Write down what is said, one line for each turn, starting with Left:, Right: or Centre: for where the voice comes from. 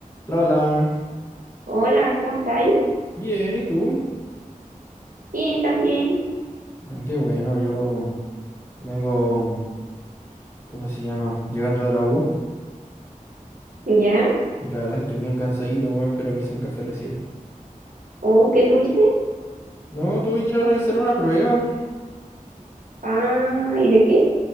Left: Hola,
Right: Hola, ¿cómo estáis?
Left: Bien, ¿y tú?
Right: Bien, también.
Left: Mm, Qué bueno, yo vengo, ¿cómo se llama? Llegando de la U.
Right: ¿Ya?
Left: Y la verdad es que estoy bien cansadito, weón, pero me hice un café recién.
Right: ¿Oh, qué tuviste?
Left: No, tuve que ir a revisar una prueba
Right: Ah, ¿y de qué?